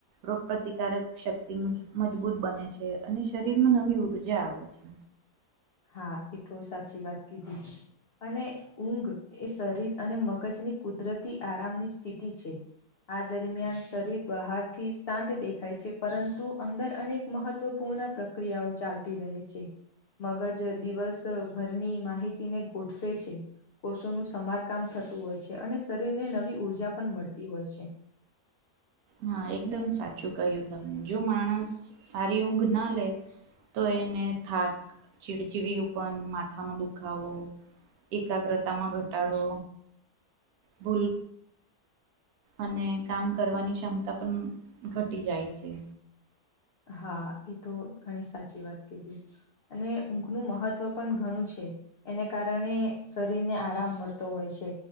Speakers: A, on the right; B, on the left.
A: રોગ પ્રતિકારક શક્તિ મજબૂત બને છે અને શરીરમાં નવી ઉર્જા આવે છે.
B: હા એ તો સાચી વાત કીધી છે. અને ઊંઘ એ શરીર અને મગજની કુદરતી આરામની સ્થિતિ છે. આ દરમિયાન શરીર બહારથી શાંત દેખાય છે. પરંતુ અંદર અનેક મહત્વપૂર્ણ પ્રક્રિયાઓ ચાલતી રહે છે મગજ દિવસ ભરની માહિતીને ગોઠવે છે. કોષોનું સમારકામ થતું હોય છે અને શરીરને નવી ઉર્જા પણ મળતી હોય છે.
A: હા એકદમ સાચું કહ્યું તમે જો માણસ સારી ઊંઘ ના લે તો એને થાક ચીડચીડીયુપન માથાનો દુખાવો એકાગ્રતામાં ઘટાડો ભૂલ અને કામ કરવાની ક્ષમતા પણ ઘટી જાય છે.
B: હા ઈ તો ઘણી સાચી વાત કીધી. અને ઊંઘનું મહત્વ પણ ઘણું છે એને કારણે શરીર ને આરામ મળતો હોય છે